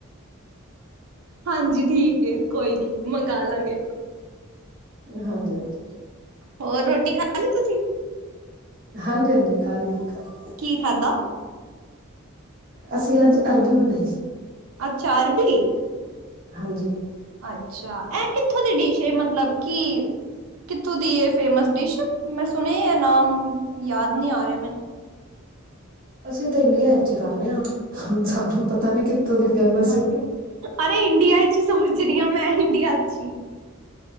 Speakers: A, on the right (about 80°); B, on the right (about 45°).
A: ਹਾਂਜੀ ਠੀਕ ਏ ਕੋਈ ਨੀ ਮੰਗਾ ਲਾਂਗੇ
B: ਹਾਂਜੀ ਹਾਂਜੀ
A: ਹੋਰ ਰੋਟੀ ਖਾ ਲੀ ਤੁਸੀਂ?
B: ਹਾਂਜੀ ਹਾਂਜੀ ਖਾਲੀ ਜੀ ਖਾ ਲਈ
A: ਕੀ ਖਾਦਾ?
B: ਅਸੀਂ ਅੱਜ ਅਰਬੀ ਬਣਾਈ ਸੀ।
A: ਅੱਛਾ ਅਰਬੀ।
B: ਹਾਂਜੀ।
A: ਅੱਛਾ ਇਹ ਕਿੱਥੋਂ ਦੀ ਡਿਸ਼ ਏ ਮਤਲਬ ਕਿ। ਕਿੱਥੋਂ ਦੀ ਇਹ ਫੇਮਸ ਡਿਸ਼ ਮੈਂ ਸੁਣ ਇਹ ਨਾਮ ਯਾਦ ਨੀ ਆ ਰਿਹਾ ਮੈਨੂੰ।
B: ਅਸੀਂ ਤਾਂ ਇੰਡੀਆ ਵਿੱਚ ਹੀ ਖਾਂਦੇ ਹਾਂ ਹੁਣ ਸਾਨੂੰ ਪਤਾ ਨੀ ਕਿੱਥੋਂ ਦੀ ਫੇਮਸ ਸੀ।
A: ਅਰੇ ਇੰਡੀਆ ਚ ਹੀ ਸੋਚ ਰਹੀ ਹਾਂ ਮੈਂ ਇੰਡੀਆਚ ਹੀ